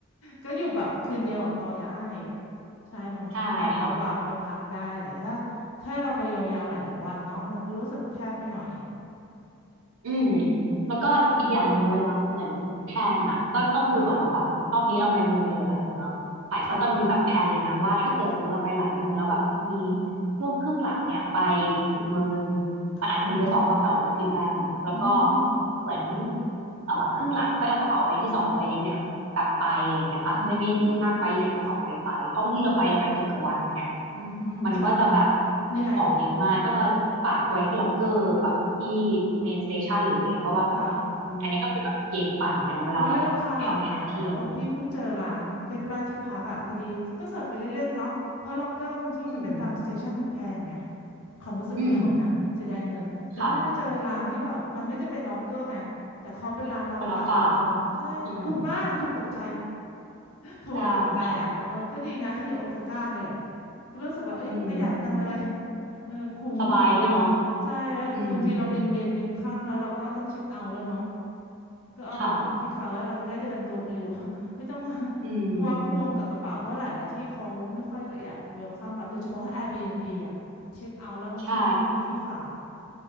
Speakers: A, on the left; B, on the right.
A: ก็อยู่แบบคืนเดียวอะพอได้ ใช่บางทีก็แบบวับวับไปพักได้แต่ถ้า
B: ใช่ค่ะ
A: ถ้าเราไปยาวๆหลายๆวันเนาะมันก็รู้สึกว่าแคบไปหน่อย
B: อืมแล้วก็อีกอย่างหนึ่งเวลาเหมือนแพลนอ่ะก็ต้องดูก่อนว่าแบบรอบนี้เราไปเมืองเดียวหรือหลายเมือง
A: ยิ่งถ้าเนาะค่ะ
B: ป่านก็จะมีแบบแผนเลยนะว่าถ้าเกิดสมมติเราไปหลายเมืองแล้วแบบมี
A: ค่ะ
B: ช่วงครึ่งหลังเนี่ยไปอีกเมืองหนึ่ง
A: ค่ะ
B: ขันอาจจะมีไปสองกระเป๋านะพี่แป้งแล้วก็
A: อืม
B: เหมือนเอ่อครึ่งหลังค่อยเอากระเป๋าใบที่สองหรือใบเล็กเนี่ยกลับไปอะไรอย่างเงี้ยค่ะไม่ไม่ไม่ลากใบใหญ่ทั้งสองใบไปเพราะบางที่เราไปเราไปสิบกว่าวันอย่างเงี้ย
A: อือหืออืมอืมออหือใช่
B: มันก็จะแบบ
A: เหนื่อย
B: ของเยอะมากก็จะฝากไว้ที่ล็อกเกอร์แบบที่
A: จริง
B: เมนสเตชันหรืออะไรเงี้ยก็ว่ากันไปอมอันนี้ก็เป็นแบบเกณฑ์ขวัเหมือนกันนะเวลาแบบทำแผนเที่ยว
A: อืมค่ะวิแล้วราคาหลากหลายนะเพราะพี่เพิ่งเจอร้านใกล้ๆที่พักอ่ะพอดีก็เสิร์ชไปเล่นๆเนาะเพราะล็อกเกอร์บางที่ถ้าเป็นตามสเตชันมันแพงไง
B: อืม
A: ความรู้สึกเรานะเสียดายเงินแต่เพิ่งไปเจอร้านที่แบบมันไม่ได้เป็นล็อกเกอร์ไงแต่เขาเป็นร้านรับฝากตรงๆใช่ถูกมากถูกตกใจ
B: อืมค่ะ คนรับฝาก อืม
A: ถูกแบบตกใจอ่ะเออก็ดีนะที่โอซาก้าเนี่ยแหละ
B: ใช่ค่ะ
A: ก็รู้สึกว่าเอ้ยประหยัดจังเลย
B: อืม
A: เออคุ้ม
B: สบายด้วยเนาะ
A: ใช่แล้วคือบางทีเราบินเย็นบินค่ำแล้วเราก็ต้องเช็คเอาท์แล้วเนาะ
B: อืม
A: ก็เอาไปดรอปที่เขาแล้วเราจะได้เดินตัวปลิว
B: ค่ะ
A: <laughs> ไม่ต้องมา
B: อืม
A: <laughs> พะวักพะวงกับกระเป๋าเพราะหลายๆที่เขาไม่ค่อยอยากเวลคัมรับโดยเฉพาะ Airbnb อ่ะเช็คเอาท์แล้วบางที่เขาไม่มีที่ฝาก
B: ใช่